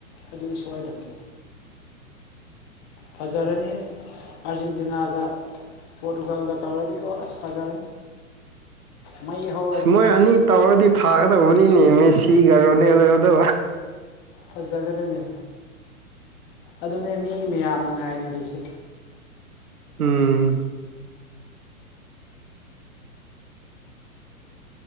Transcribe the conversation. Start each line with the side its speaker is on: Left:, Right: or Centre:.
Left: ꯑꯗꯨ ꯁꯕꯥꯥꯏ ꯇꯅꯤ ꯐꯖꯔꯅꯤ ꯑꯥꯔꯖꯦꯟꯇꯤꯅꯥꯗ ꯄꯣꯇꯣꯒꯒ ꯇꯧꯔꯗꯤꯀꯣ ꯑꯁ ꯐꯖꯔꯅꯤ ꯃꯩ ꯍꯧꯔꯅꯤ
Right: ꯃꯣꯏ ꯑꯅꯤ ꯇꯧꯔꯗꯤ ꯐꯥꯒꯗꯧꯕꯅꯤꯅꯦ ꯃ ꯁꯤꯈ꯭ꯔꯣꯅꯦ ꯑꯗꯨꯗ
Left: ꯐꯖꯒꯗꯅꯤ ꯑꯗꯨꯅꯦ ꯃꯤ ꯃꯌꯥꯝꯅ ꯉꯥꯏꯅꯔꯤꯁꯦ
Right: ꯎꯝ